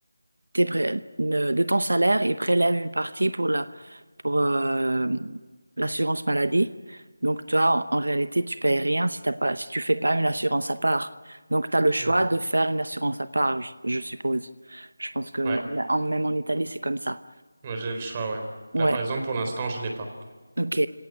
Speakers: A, on the right; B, on the right.
A: tes pré- ne- de ton salaire et prélève une partie pour la, pour, euh, l'assurance maladie. Donc, toi, en, en réalité, tu payes rien si t'as pas, si tu fais pas une assurance à part. Donc, tu as le choix
B: Hmm.
A: de faire une assurance à part, je, je suppose. Je pense que
B: Ouais,
A: en- même en Italie, c'est comme ça.
B: moi j'ai le choix, ouais.
A: Ouais,
B: Là, par exemple, pour l'instant, je l'ai pas.
A: ok.